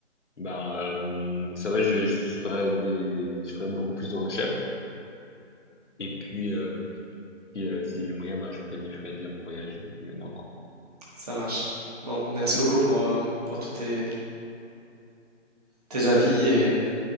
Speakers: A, on the left (about 70°); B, on the right (about 30°).
A: Ben, euh, ça va, je, je ferai des, je ferai beaucoup plus de recherches. Et puis, euh, si, euh, si j'ai le moyen, ben, je planifierai déjà mon voyage maintenant, quoi.
B: Ça marche. Bon, merci beaucoup pour, euh, pour tous tes, tes avis et euh,